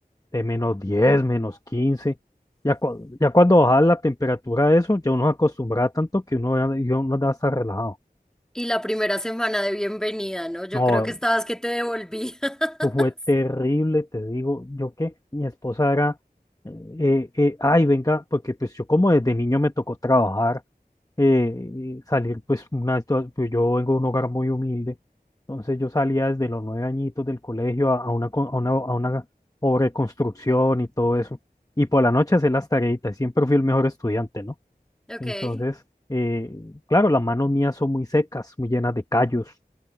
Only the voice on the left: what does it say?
de menos diez menos quince Ya, cua- ya cuando baja la temperatura de eso, ya uno se acostumbra tanto que uno ya, ya uno ya está relajado.
No,
Fue terrible, te digo, yo que mi esposa era, eh, eh, ay, venga, porque pues yo como desde niño me tocó trabajar, eh, y salir pues una, situa- pues, yo vengo de un hogar muy humilde, entonces yo salía desde los nueve añitos del colegio a, a una, con- a una, a una obra de construcción y todo eso, y por la noche hacer las tareitas, siempre fui el mejor estudiante, ¿no?
Entonces, eh, claro, las manos mías son muy secas, muy llenas de callos,